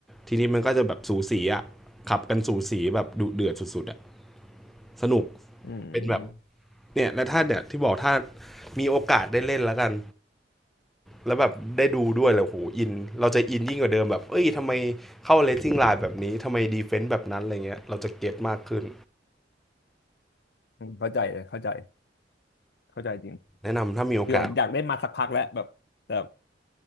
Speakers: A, in the centre; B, on the left.
A: ทีนี้มันก็จะแบบสูสีอะขับกันสูสีแบบดุเดือดสุดๆอะสนุก
B: อืม
A: เป็นแบบเนี่ยและถ้าเนี่ยที่บอกถ้ามีโอกาสได้เล่นแล้วกัน แล้วแบบได้ดูด้วยแล้วโหอินเราจะอินยิ่งกว่าเดิมแบบเอ้ยทำไมเข้าเลสซิ่งไลน์แบบนี้ทำไมดีเฟนต์แบบนั้นอะไรเงี้ยเราจะเก็ตมากขึ้น
B: อืมเข้าใจเลยเข้าใจเข้าใจจริง
A: แนะนำถ้ามีโอกาส
B: คือผมอยากได้มาสักพักแล้วแบบแต่